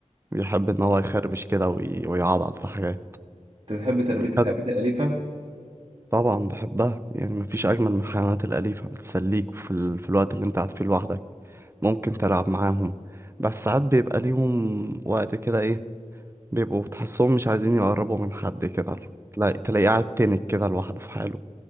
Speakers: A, on the right (about 20°); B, on the right (about 40°).
A: بيحب إن هو يخربش كده وي- ويعضعض في حاجات
B: انت بتحب تربية الحيوانات
A: بس
B: الأليفة؟
A: طبعا بحبها يعني مفيش أجمل من الحيوانات الأليفة بتسليك في, ال... في الوقت اللي أنت قاعد فيه لوحدك ممكن تلعب معاهم بس ساعات بيبقى ليهم وقت كده ايه بيبقوا تحسهم مش عايزين يقربوا من حد كده تلاقي تلاقيه قاعد تنك كده لوحده في حاله